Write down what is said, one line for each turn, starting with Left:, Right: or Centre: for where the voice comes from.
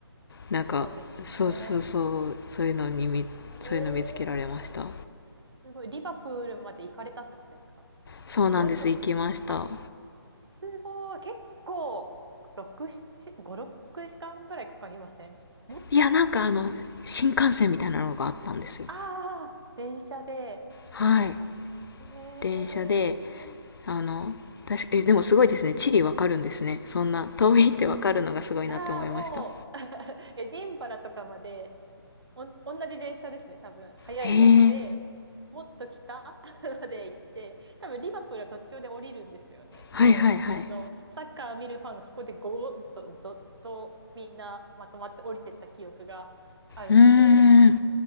Left: なんかそうそうそうそういうのにみそういうの見つけられました
Right: そうですね。ええすごい。リバプールまで行かれたってことですか
Left: そうなんです行きました
Right: ロンドン。あ、すごい。結構、6、7、5、6時間ぐらいかかりませんもっ
Left: いやなんかあの新幹線みたいなのがあったんですよ
Right: ああ、電車で。
Left: はい
Right: ええ
Left: 電車であの確かえでもすごいですね地理わかるんですねそんな遠いってわかるのがすごいなって思いました
Right: ああ、もう、<laughs> え、ジンバラとかまで、おん、同じ電車ですね、多分。早いやつで、
Left: へえ
Right: もっと北 <laughs> まで行って、多分リバプールは途中で降りるんですよね。
Left: はいはいはい
Right: で、あの、サッカー見るファンがそこでゴーッと、ぞっとみんなまとまって降りてった記憶があるので、
Left: うーん